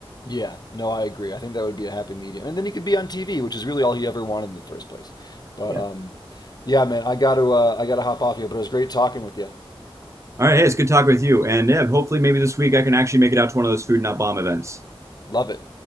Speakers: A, on the left; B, on the right.
A: Yeah, no, I agree. I think that would be a happy medium, and then he could be on TV, which is really all he ever wanted in the first place. But
B: Yeah.
A: um, yeah, man, I got to uh, I got to hop off here. But it was great talking with you.
B: All right. Hey, it's good talking with you, and yeah, hopefully maybe this week I can actually make it out to one of those Food Not Bomb events.
A: Love it.